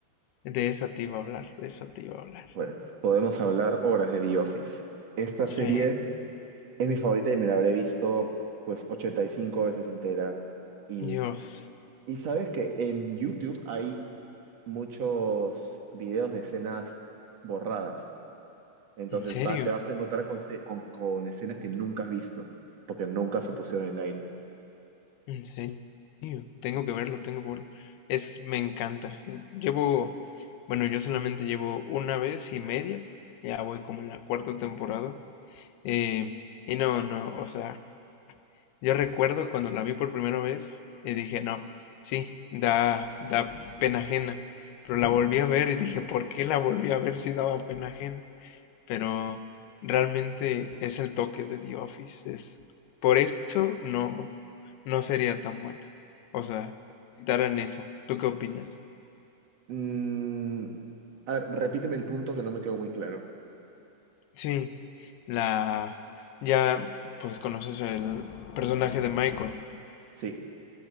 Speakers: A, on the left; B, on the right.
A: de esa te iba a hablar, de esa te iba a hablar.
B: Pues podemos hablar horas de The Office. Esta
A: Sí,
B: serie es mi favorita y me la habré visto pues 85 veces entera. Y,
A: Dios,
B: y sabes que en YouTube hay muchos videos de escenas borradas. Entonces
A: ¿en serio?
B: va, te vas a encontrar con, se- con, con escenas que nunca has visto, porque nunca se pusieron en el aire.
A: ¿En serio? Tengo que verlo, tengo que verlo. Es, me encanta. Llevo, bueno, yo solamente llevo una vez y media. Ya voy como en la cuarta temporada. Eh, y no, no, o sea, yo recuerdo cuando la vi por primera vez y dije, no, sí, da, da pena ajena. Pero la volví a ver y dije, ¿por qué la volví a ver si daba pena ajena? pero realmente es el toque de The Office. Es, por eso no, no sería tan buena. O sea, quitaran eso. ¿Tú qué opinas?
B: Mm, a ver, repíteme el punto que no me quedó muy claro.
A: Sí, la... Ya, pues conoces el personaje de Michael.
B: Sí,